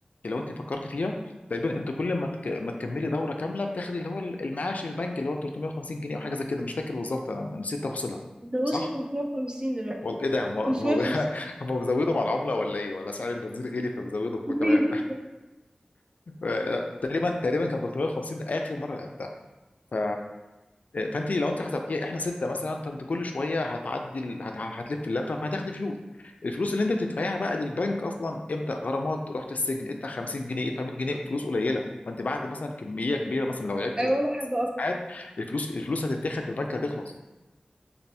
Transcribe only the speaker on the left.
لو انت فكرت فيها تقريبا انت كل ما تك... ما تكملي دوره كامله بتاخد اللي هو المعاش من البنك اللي هو 350 جنيه او حاجه زي كده مش فاكر بالظبط انا نسيت تفاصيلها
صح؟
والله ايه ده هم هم
<laughs> هم بيزودوا مع العمله ولا ايه؟ ولا سعر البنزين غلي فبيزودوا هم
كمان آه، تقريبا تقريبا كان 350 ده اخر مره لعبتها ف... فانت لو انت حسبتيها احنا سته مثلا فانت كل شويه هتعدي هت... هتلف اللفه فهتاخدي فلوس الفلوس اللي انت بتدفعيها بقى للبنك اصلا امتى غرامات رحت السجن ادفع 50 جنيه ادفع 100 جنيه فلوس قليله فانت بعد مثلا كميه كبيره مثلا لو لعبتي
ساعات الفلوس الفلوس هتتاخد من البنك هتخلص